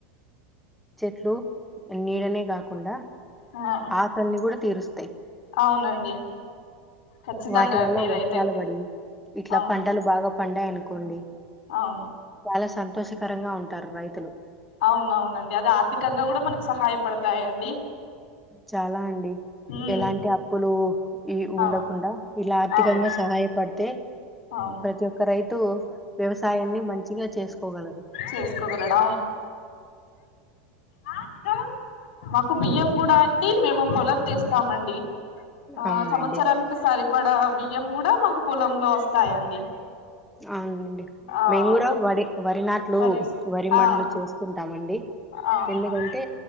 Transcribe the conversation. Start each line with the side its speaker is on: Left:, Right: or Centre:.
Centre: చెట్లు నీడనే గాకుండా
Left: ఆ
Centre: ఆకాంలి కూడా తీరుస్త్
Left: అవునండి ఖచ్చితంగా
Centre: వాటి వల్ల
Left: అండి ఇదైతే
Centre: వస్త్రాలు బడి ఇట్లా
Left: అవును
Centre: పంటలు బాగా పండ అనుకోండి
Left: అవును
Centre: చాలా సంతోషకరంగా ఉంటారు రైతులు
Left: అవునఅవునండి అది ఆర్థికంగా కూడా మనకు సహాయపడతాయండి
Centre: చాలా అండి
Left: ఉమ్
Centre: ఎలాంటి అప్పులు ఉ ఈ ఉండకుండా
Left: ఆ
Centre: ఇలా ఆర్థికంగా
Left: అవును
Centre: సహాయపడితే
Left: అవును
Centre: ప్రతి ఒక్క రైత్ టు వ్యవసాయాన్ని మంచిగా చేసుకోగలరు
Left: చేసుకోగలడు మా కు మాకు బియ్యం కూడా అండి మేము పొలం తీస్తామండి ఆ
Centre: అవునండి
Left: సంవత్సరానికి సరిపడ బియ్యం కూడా మాకు పొలం లో వస్తాయండి
Centre: అవునండి
Left: ఆ
Centre: మేము కూడా
Left: ఒక
Centre: వరి వరినాట్లు
Left: పరిస్
Centre: వరి
Left: ఆ
Centre: మడలు చేసుకు ఉంటామండి
Left: ఆ, అవునా
Centre: ఎందుకంటే